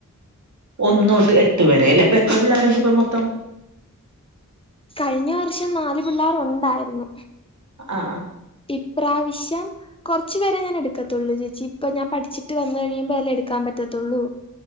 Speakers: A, on the right; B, on the left.
A: ഒന്നൊട്ട് എട്ട് വരെ ല്ലപ്പൊ എത്ര പിള്ളേര്ണ്ട്പ്പൊ
B: ഉം
A: മൊത്തം
B: കഴിഞ്ഞ വർഷം നാല് പിള്ളേരുണ്ടായിര്ന്നു
A: ആ
B: ഇപ്രാവശ്യം കൊർച്ച് പേരെ ഞാൻ എട്ക്കത്തുള്ളു ചേച്ചി ഇപ്പ ഞാൻ പഠിച്ചിട്ട് വന്നു കഴിയുമ്പോ അല്ലേ എടുക്കാൻ പറ്റത്തുള്ളൂ